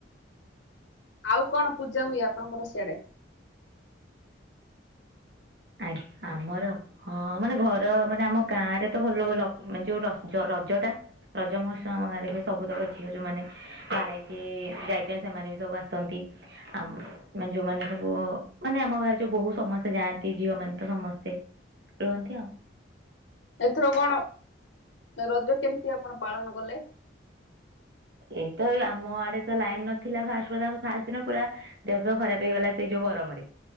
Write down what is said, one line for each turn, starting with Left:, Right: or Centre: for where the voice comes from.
Left: ଆଉ କଣ ପୂଜା ହୁଏ ଆପଣଙ୍କର ସିଆଡେ?
Right: ଆଜ୍ଞା ଆମର ହଁ ମାନେ ଘର ମାନେ ଆମ ଗାଁ ରେ ତ ଭଲ ହୁଏ ଲ ଯୋଉ ଯୋଉ ରଜ ଟା। ରଜ ମହତ୍ସମ ଆମ ଗାଁରେ ସବୁ ତକ ଝିଅ ଯୋଉମାନେ ବାହାହେଇକି ଯାଇଛନ୍ତି ସେମାନେ ବି ସବୁ ଆସନ୍ତି। ଆ ମାନେ ଯୋଉମାନେ ସବୁ ମାନେ ଆମ ଗାଁରେ ଯୋଉ ବହୁ ସମସ୍ତେ ଯାଆନ୍ତି ଝିଅ ମାନ ତ ସମସ୍ତେ ରୁହନ୍ତି ଆଉ।
Left: ଏଥର କଣ ରଜ କେମିତି ଆପଣ ପାଳନ କଲେ?
Right: ଏଇତ ଏଇ ଆମ ଆଡେ ତ ଲାଇନ ନଥିଲା ଫାଷ୍ଟ କଥା ଫାଷ୍ଟ ଦିନ ପୁରା ଦେହ ଫେହ ଖରାପ ହେଇଗଲା ସେଇ ଯୋଉ ଗରମ ରେ।